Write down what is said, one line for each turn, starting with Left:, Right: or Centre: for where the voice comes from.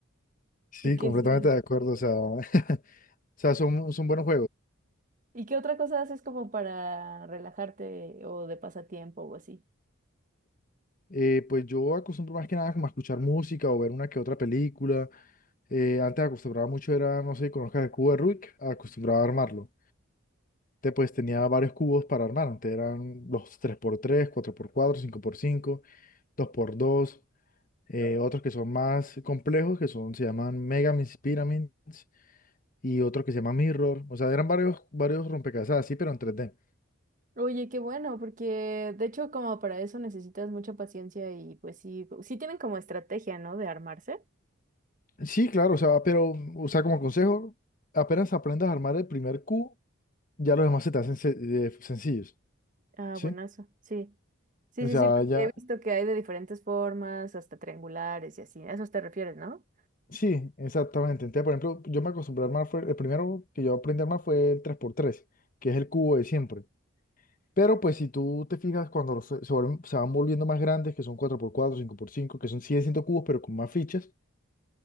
Left: Sí,
Right: Porque
Left: completamente
Right: sí.
Left: de acuerdo, o sea, <laughs> o sea, son, son buenos juegos.
Right: ¿Y qué otra cosa haces como para relajarte o de pasatiempo o así?
Left: Eh, pues yo acostumbro más que nada como a escuchar música o ver una que otra película. Eh, antes acostumbraba mucho era, no sé si conozcas el cubo de Rubik, acostumbraba a armarlo. Te, pues tenía varios cubos para armar. Antes eran los tres por tres cuatro por cuatro cinco por cinco dos por dos eh, otros que son más complejos, que son, se llaman Megamis Pyramids, y otros que se llaman Mirror. O sea, eran varios, varios rompecabezas así, pero en 3D.
Right: Oye, qué bueno, porque de hecho como para eso necesitas mucha paciencia y pues sí, sí tienen como estrategia, ¿no? De armarse.
Left: Sí, claro, o sea, pero, o sea, como consejo, apenas aprendas a armar el primer cubo, ya los demás se te hacen se- eh, sencillos,
Right: Ah,
Left: ¿sí?
Right: buenazo, sí. Sí,
Left: O
Right: sí,
Left: sea,
Right: sí, porque
Left: ya,
Right: he visto que hay de diferentes formas, hasta triangulares y así. A eso te refieres, ¿no?
Left: sí, exactamente. Entonces, por ejemplo, yo me acostumbré a armar, fue, el primero que yo aprendí a armar fue el tres por tres, que es el cubo de siempre. Pero pues si tú te fijas, cuando los- se, se vuelven- se van volviendo más grandes, que son cuatro por cuatro, cinco por cinco, que son, siguen siendo cubos, pero con más fichas,